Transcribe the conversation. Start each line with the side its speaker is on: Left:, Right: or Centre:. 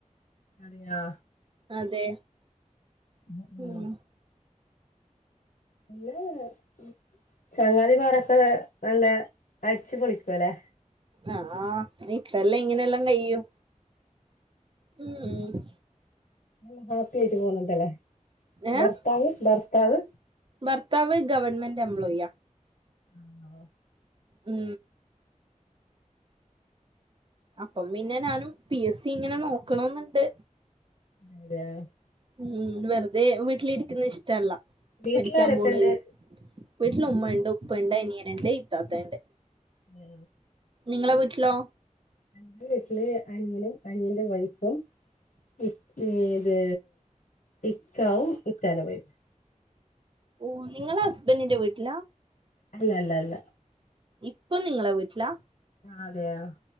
Left: അതെയോ.
Right: അതെ.
Left: ഉ ഉ
Right: ഉം
Left: പി ചങ്കാതിമാരൊക്കെ നല്ല അടിച്ചു പൊളിക്ക പെളികുലെ.
Right: ആഹ് ഇപ്പല്ലാം ഇങ്ങനെയെല്ലാം കഴിയും. ഉം ഉ
Left: ആ ഹാപ്പി ആയിട്ട് പോണിണ്ട്ല്ലെ?
Right: ഏഹ്
Left: ബർത്താവ ബർത്ത അത്
Right: ഭർത്താവ് ഗവൺമെന്റ് എംപ്ലോയ്യാ
Left: ആ
Right: ഉം അപ്പം പിന്നെ ഞാനും പി എസ് സി ഇങ്ങനെ നോക്ക്‌ണ് ന്ന്ണ്ട്
Left: <unintelligible>
Right: ഉം വെറുതെ വീട്ടിലിരിക്കുന്നത് ഇഷ്ടല്ല
Left: വീട്ട്ലാരൊക്കെണ്ട്
Right: പഠിക്കാൻ പോട് വീട്ടില് ഉമ്മ ഇണ്ട് ഉപ്പ ഇണ്ട് അനിയന്ണ്ട് ഇത്താത്ത ഇണ്ട്
Left: ഹേ
Right: നിങ്ങളെ വീട്ട്ലോ
Left: എന്റെ വീട്ട്ല് അനിയനും അനിയന്റെ വൈഫും ഏ ഇത് ഇക്കാവും ഇക്കാന്റെ വൈഫും
Right: ഓ നിങ്ങള് ഹസ്ബന്റിന്റെ വീട്ട്ലാ
Left: അല്ല അല്ല അല്ല
Right: ഇപ്പം നിങ്ങളെ വീട്ട്ലാ
Left: അതെയാ